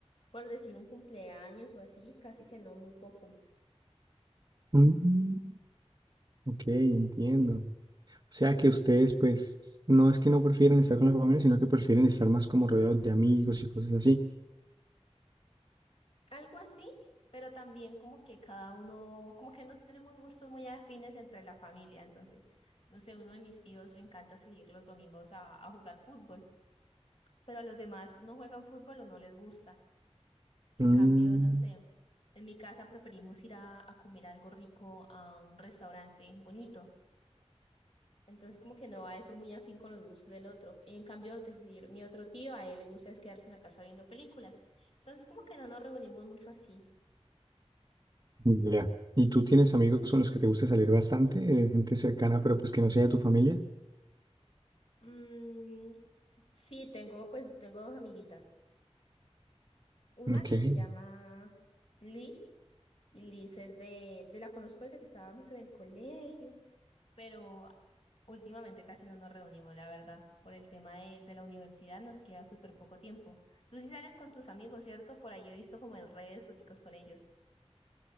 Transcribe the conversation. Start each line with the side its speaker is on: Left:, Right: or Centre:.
Left: por decir un cumpleaños o así, casi que no, muy poco.
Right: Mm. Ok, entiendo. O sea que ustedes, pues, no es que no prefieren estar con la familia, sino que prefieren estar más como rodeados de amigos y cosas así.
Left: Algo así, pero también como que cada uno, como que no tenemos gustos muy afines entre la familia. Entonces, no sé, uno de mis tíos le encanta salir los domingos a, a jugar fútbol, pero a los demás no juegan fútbol o no les gusta. En
Right: Mm,
Left: cambio, no sé, en mi casa preferimos ir a, a comer algo rico a un restaurante bonito. Entonces, como que no va eso muy afín con los gustos del otro. En cambio, decir, mi otro tío, a él le gusta es quedarse en la casa viendo películas. Entonces, como que no nos reunimos mucho así.
Right: ya. ¿Y tú tienes amigos con los que te gusta salir bastante, eh, gente cercana, pero pues que no sea de tu familia?
Left: Mm, sí, tengo, pues tengo dos amiguitas. Una
Right: Ok.
Left: que se llama Liz, y Liz es de, de la conozco desde que estábamos en el colegio, pero últimamente casi no nos reunimos, la verdad. Por el tema de, de la universidad nos queda súper poco tiempo. Tú sí sales con tus amigos, ¿cierto? Por ahí he visto como en redes foticos con ellos.